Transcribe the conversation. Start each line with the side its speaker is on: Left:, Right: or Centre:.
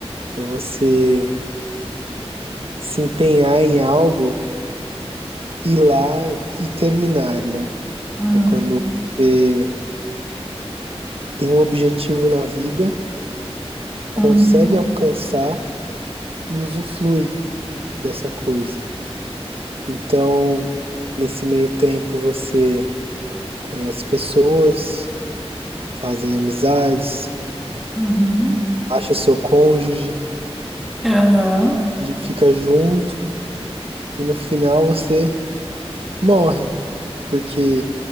Right: é você se empenhar em algo, ir lá e terminar, né?
Centre: Hum,
Right: É quando você tem um objetivo na vida, consegue
Centre: uhum,
Right: alcançar e usufrui dessa coisa. Então, nesse meio tempo, você conhece pessoas, fazem amizades
Centre: uhum,
Right: acha o seu cônjuge,
Centre: aham,
Right: fica junto e no final você morre, porque